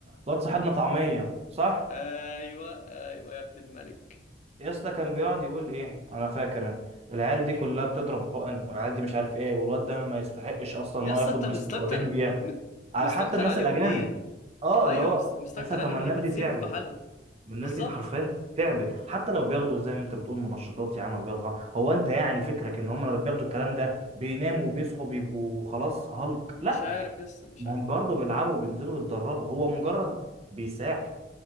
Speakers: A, on the right; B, on the left.
A: الواد صاحبنا طعميه صح
B: ايوه ايوه يا ابن الملك
A: يا اسطى كان بيقعد يقول ايه انا فاكر انا العيال دي كلها بتضرب حقن والعيال دي مش عارف ايه والواد ده ما يستحقش اصلا
B: يسا
A: ان هو ياخد
B: انت
A: مستر
B: مستكتر
A: اولمبيا
B: م-
A: على
B: مستكتر
A: حتى الناس
B: عليهم
A: الاجانب
B: ليه
A: اه
B: ايوه
A: اللي هو
B: مس- مستكتر
A: لسه
B: عليهم
A: طب ما الناس
B: ليه ما
A: دي
B: تسيبهم
A: تعبت
B: في حالهم
A: ما الناس
B: بالظبط
A: دي حرفيا تعبت حتى لو بياخدوا زي ما انت بتقول منشطات يا عم ولا بياخدوا حاجة. هو انت يعني فكرك ان هم لما بياخدوا الكلام ده بيناموا وبيصحوا بيبقوا خلاص هالك
B: مش
A: لا
B: عارف يسا مش
A: ما
B: عارف
A: هم برضه بيلعبوا وبينزلوا يتدربوا هو مجرد بيساعد